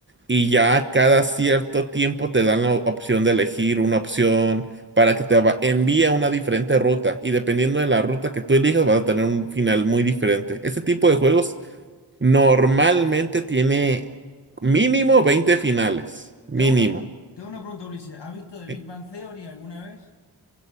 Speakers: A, on the right (about 25°); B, on the left (about 75°).
A: y ya cada cierto tiempo te dan la opción de elegir una opción para que te va- envíe a una diferente ruta y dependiendo de la ruta que tú elijas vas a tener un final muy diferente. Este tipo de juegos normalmente
B: Ah,
A: tiene mínimo 20 finales, mínimo.
B: Te hago una, pregu- te hago una pregunta, Ulises. ¿Has visto The
A: Eh,
B: Big Bang Theory alguna vez?